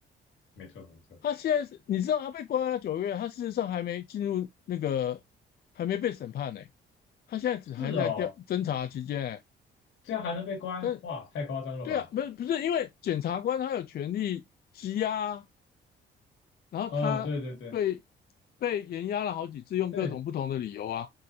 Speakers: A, on the left; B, on the left.
A: 没错，没错。
B: 他现在是，你知道他被关押九个月，他事实上还没进入那个，还没被审判呢。他现在只还在调侦查期间、
A: 是哦，
B: 欸，
A: 这样还能被关？
B: 但
A: 哇，太夸张了吧！
B: 对啊，不是不是，因为检察官他有权利羁押啊，然后他被
A: 嗯，对对对
B: 被延押了好几次，用各种不同的理由啊。
A: 对